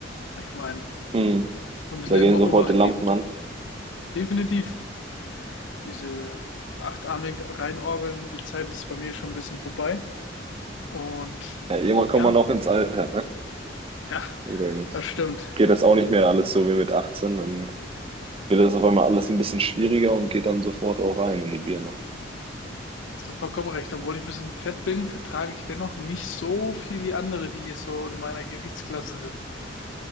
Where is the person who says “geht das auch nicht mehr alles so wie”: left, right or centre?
Right